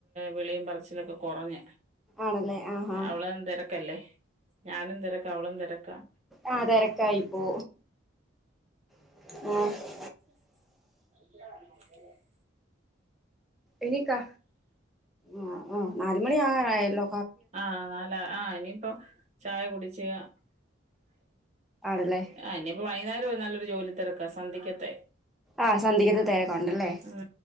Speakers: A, on the right; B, in the centre.
A: വിളിയും പറിച്ചിലൊക്കെ കെറഞ്ഞ്
B: ആണല്ലേ ആഹാ
A: അവള് തെരക്കല്ലേ ഞാനും തെരക്കാ അവളും തെരക്കാ
B: ആ തിരക്കായി പോ <unintelligible>
A: <inaudible>
B: എനിക്കാ ആഹ ആഹ് നാലമണി ആകാൻ ആയല്ലോ
A: ആഹ നാല ആഹ് ഇനിപ്പൊ ചായ കുടിച്ച് <inaudible>
B: ആണല്ലേ
A: ആഹ ഇനിയിപ്പോ വൈകേരം നല്ലൊരു ജോലി തിരക്കാ സന്ധിക്കത്തെ
B: ആഹ സന്ധിക്കത്തെ തിരക്കുണ്ടല്ലേ
A: ഉം